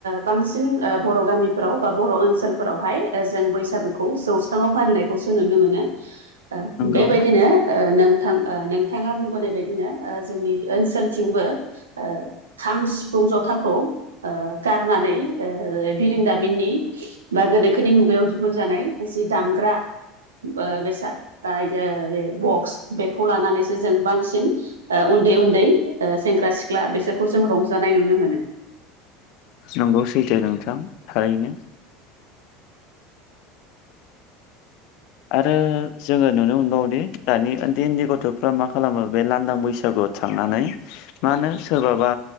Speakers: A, on the right; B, on the left.
A: बांसिन बर गामिफ्राव बा बर ओनसोलफोरावहाय जों बैसागुखौ जौस्राङाव फाननायखौसो नुनो मोनो
B: नंगौ
A: बेबायदि नोंथां नोंथाङा बुंबोनाय बायदिनो जोंनि ओनसोल जोंनिथिंबो ओ खाम, सिफुं, जथाखौ ओ गारनानै ओ बिरोंदामिननि बा गोनोखोनि मुगायाव दिहुनजानाय मोनसे दामग्रा ओ बेसाद बे बक्स बेखौ लानानैसो जों बांसिन उन्दै उन्दै ओ सेंग्रा सि ख्ला बेसोरखौ जों रंजानाय नुनो मोनो।
B: नंगौ सैथो नोंथां थारैनो। आरो जोङो नुनो मोनबावोदि दानि उन्दै उन्दै गथफ्रा मा खालामो बे लांदां बैसागु थांनानै माहोनो सोरबाबा